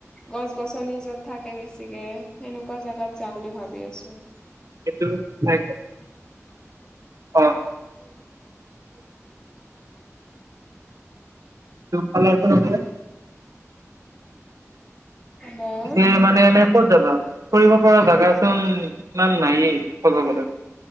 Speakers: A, on the left; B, on the right.
A: গছ গছনি য'ত থাকে বেছিকে। এনেকুৱা জাগাত যাম বুলি ভাবি আছোঁ।
B: সেইটোওঁ হয়। অ'। চব ফালৰপৰা মানে?
A: হেল্ল'
B: তাতে মানে এনে ক'ত? যাব, ফুৰিবপৰা জাগাচোন ইমান নায়ে ক'ব গলে।